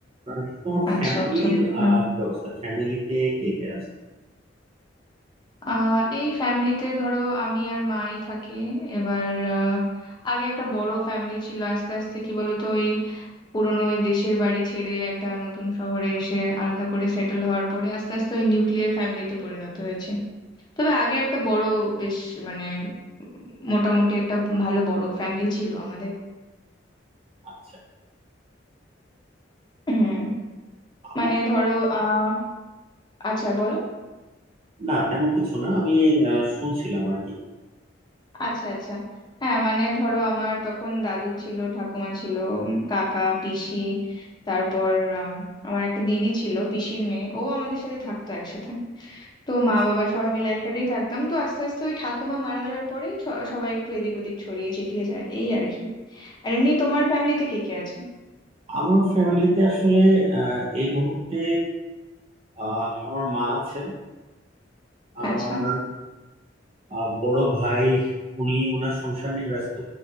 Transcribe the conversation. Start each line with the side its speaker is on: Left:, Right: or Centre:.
Right: আর তোমার
Left: আচ্ছা
Right: ফ্যামিলির
Left: আচ্ছা বুঝলাম
Right: আহ কি অবস্থা ফ্যামিলিতে কে কে আছে
Left: আহ এই ফ্যামিলিতে ধরো আমি আর মাই থাকি এবার আহ, আগে একটা বড় ফ্যামিলি ছিল আস্তে আস্তে কি বলতো ওই পুরোনো ওই দেশের বাড়ি ছেড়ে একটা নতুন শহরে এসে আলাদা করে সেটেল হওয়ার পরে আস্তে আস্তে ওই নিউক্লিয়ার ফ্যামিলিতে পরিণত হয়েছে তবে আগে একটা বড় বেশ মানে উম মোটামুটি একটা ভালো বড় ফ্যামিলি ছিল আমাদের
Right: আচ্ছা
Left: হুম
Right: আমার
Left: মানে ধরো আহ আচ্ছা বলো
Right: না তেমন কিছু না আমি আহ, শুনছিলাম আর কি
Left: আচ্ছা আচ্ছা হ্যাঁ মানে ধরো আমার তখন দাদু ছিল ঠাকুমা ছিল উম, কাকা পিসি তারপর আম, আমার একটা দিদি ছিল পিসির মেয়ে ও আমাদের সাথে থাকতো একসাথে তো
Right: আচ্ছা।
Left: মা বাবা সবাই মিলে একসাথেই থাকতাম তো আস্তে আস্তে ওই ঠাকুমা মারা যাওয়ার পরেই ছ- সবাই একটু এদিক ওদিক ছড়িয়ে ছিটিয়ে যায় এই আর কি আর এমনি তোমার ফ্যামিলিতে কে কে আছে
Right: আমার ফ্যামিলিতে আসলে আহ, এই মুহূর্তে আহ, আমার মা আছেন আমার
Left: আচ্ছা
Right: আহ, বড় ভাই উনি ওনার সংসার নিয়ে ব্যস্ত